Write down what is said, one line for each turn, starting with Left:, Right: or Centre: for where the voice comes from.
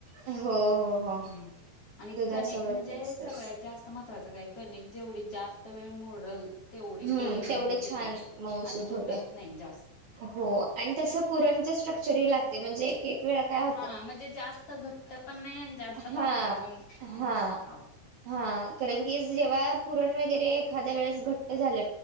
Right: हो हो हो.
Left: हम्म आणि
Right: दुधासोबत
Left: कानिक म्हणजे
Right: मस्तच
Left: सगळ्यात जास्त महत्त्वाचं काय, कणिक जेवढी जास्त त वेळ मूरल, तेवढी
Right: हम्म
Left: पोळी
Right: तेवढे
Left: मऊ होत्या,
Right: छान मऊसूत
Left: आणि तुटत
Right: होत्या
Left: नाही जास्त.
Right: हो आणि तसं पुरण चे स्ट्रक्चर ही लागत्या म्हणजे. केक वेगळा काप.
Left: हा म्हणजे जास्त घट्ट पण नाय आणि जास्त
Right: हा
Left: पातळ पण
Right: हा
Left: नसतं आहो. <inaudible>
Right: हा कारण की जेव्हा पुरण वगैरे एखाद्या वेळेस घट्ट